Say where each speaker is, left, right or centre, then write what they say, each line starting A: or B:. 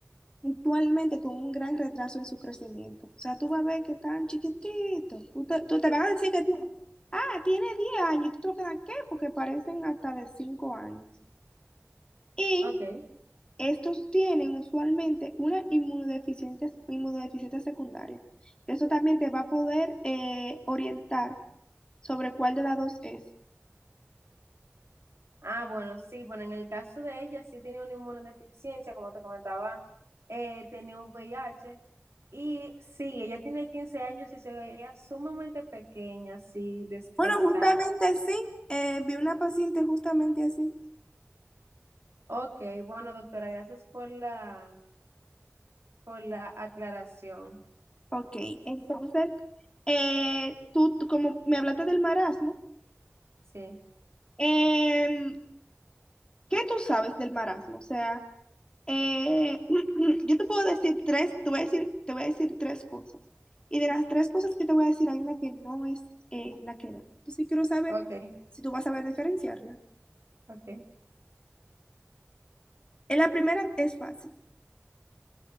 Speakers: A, on the left; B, on the right.
A: actualmente con un gran retraso en su crecimiento. O sea, tú vas a ver que tan chiquitito. Tú te, tú te van a decir que tiene, ah, tiene 10 años. ¿Y tú te vas a quedar qué? Porque parecen hasta de 5 años. Y
B: Ok.
A: estos tienen usualmente una inmunodeficiencia, inmunodeficiencia secundaria. Eso también te va a poder eh, orientar sobre cuál de las dos es.
B: Ah, bueno, sí, bueno, en el caso de ella sí tenía una inmunodeficiencia, como te comentaba, eh, tenía un VIH Y sí, ella tenía 15 años y se veía sumamente pequeña, así desgastada.
A: Bueno, justamente sí. eh, vi una paciente justamente así.
B: Ok, bueno, doctora, gracias por la, por la aclaración.
A: Ok, entonces, eh, tú, tú como me hablaste del marasmo,
B: Sí,
A: em, ¿qué tú sabes del marasmo? O sea, eh, <clears throat> yo te puedo decir tres, te voy a decir, te voy a decir tres cosas. Y de las tres cosas que te voy a decir, hay una que no es eh, la que da. Entonces, yo quiero saber
B: ok,
A: si tú vas a saber diferenciarla.
B: ok.
A: Eh, la primera es fácil.